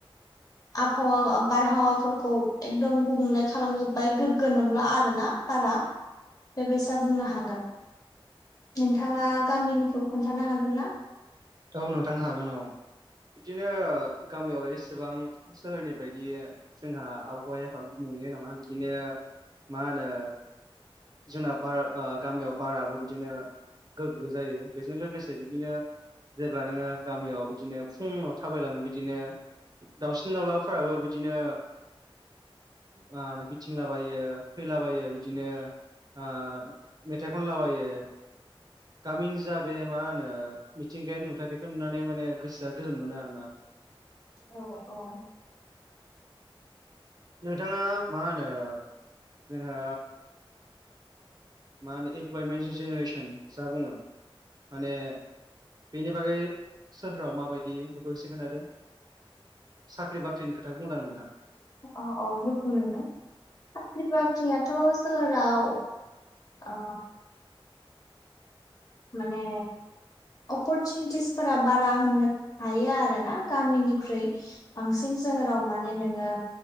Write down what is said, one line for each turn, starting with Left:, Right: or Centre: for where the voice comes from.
Left: आबहावा बारहावाफोरखौ एकदम गुबुंले खालामजोब्बाय गोग्गो नंला आरोना बारा। बेबायसा बुंनो हागोन नोंथाङा गामिनिखौ खोन्थानो हागोन ना।
Right: औ नोंथांनो हागोन औ बिदिनो गामियाव एसेबां सोरनि बायदि जोंहा आबहावाया एफा गुबुंले नङा बिदिनो मा होनो जोंना बार ओ गामियाव बाराबो बिदिनो गोग्गो जायो बेजों लोगोसे बिदिनो जेब्ला नोङो गामियाव बिदिनो फुङाव थाबायलाङो बिदिनो दाउसिन दाउलाफोराबो बिदिनो ओ बिरथिंलाबायो फैलाबायो बिदिनो ओ मेथाइ खनलाबायो गामिनि जा बे मा होनो मिथिंगायारि नुथाय बेखौ नुनानै माने गोसोआ गोजोन मोनो आरो ना।
Left: औ औ
Right: नोंथाङा मा होनो जोंङो मा होनो इमप्लयमेन्टनि जेनेरेसन जा बुङो माने बेनि बागै सोहोराव माबायदि बेखौ एसे खोनथादो। साख्रि बाख्रिनि खोथाखौ बुंदों आं नोंथां
Left: अ औ बुजि मोनदों साख्रि बाख्रियाथ' सोहोराव अ माने अपरचुनिटिसफोरा बारा होननो हायो आरो ना गामिनिख्रुइ बांसिन सोहोराव माने नोङो